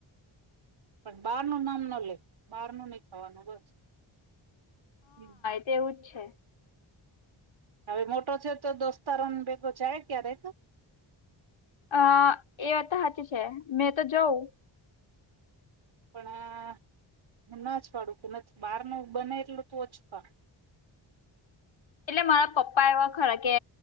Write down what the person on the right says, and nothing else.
પણ બહાર નું નામ ના લે બાર નું નહી ખવાનું બસ. હમ.
હવે મોટો છે તો દોસ્તારોને ભેગો જાય ક્યારે.
પણ આ નાજ પાડું કે નથી બહાર નુ બને એટલું તું ઓછુ ખા. <unintelligible>